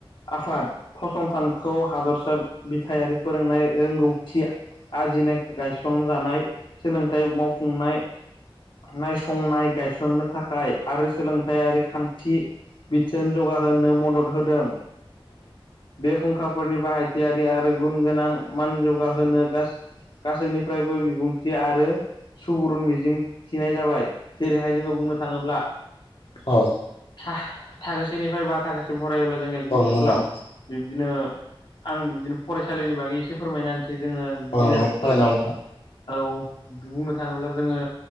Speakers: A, on the left (about 55°); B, on the left (about 75°).
A: आफाद फसंथानखौ हादर सा बिथायारि फोरोंनाय रोंगौथि आरजिनाय गायसनजानाय सोलोंथाइ मावफुंनाय नायसंनाय गायसननो थाखाय आरो सोलोंथाइयारि खान्थि बिथोन जौगाहोनो मदद होदों बे फुंखाफोरनि बाहाय थियारि आरो गुन गोनां मान जौगाहोनो गासैनिफ्रायबो बिबुंथि आरो सुबुरुन मिजिं थिनाय जाबाय जेरैहाय जोङो बुंनो थाङोब्ला
B: औ
A: थाखोसेनिफ्राय बा थाखोसिम फरायोब्ला जों एल पि स्कुलाव
B: नोंथां औ
A: बिब्दिनो आं बिबदिनो फरायसालिनि बागै एसे फोरमायना होनसै जोङो
B: नोंगौ
A: बिदिनो
B: फोरमायना होदों नोंथां
A: औ बुंनो थाङोब्ला जोङो